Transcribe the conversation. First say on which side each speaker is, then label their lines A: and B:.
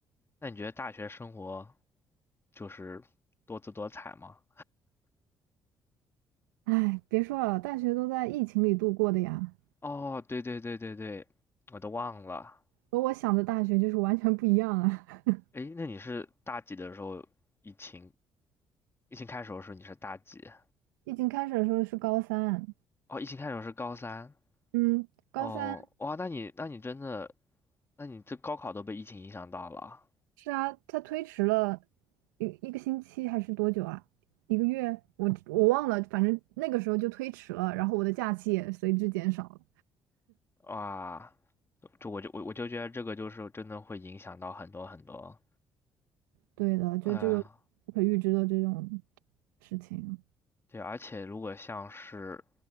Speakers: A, on the left (about 25°); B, on the right (about 80°).
A: 那你觉得大学生活就是多姿多彩吗？
B: 哎，别说了，大学都在疫情里度过的呀，
A: 哦，对对对对对，我都忘了。
B: 和我想的大学就是完全不一样啊。<laughs>
A: 诶，那你是大几的时候？疫情疫情开始的时候你是大几？
B: 疫情开始的时候是高三，
A: 哦，疫情开始的时候是高三。
B: 嗯，高三
A: 哦，哇，那你那你真的，那你这高考都被疫情影响到了。
B: 是啊，它推迟了一一个星期还是多久啊？一个月？我我忘了，反正那个时候就推迟了，然后我的假期也随之减少了。
A: 哇，就我就我我就觉得这个就是真的会影响到很多很多。
B: 对的，就这个不可预知的这种
A: 呃，
B: 事情。
A: 对，而且如果像是，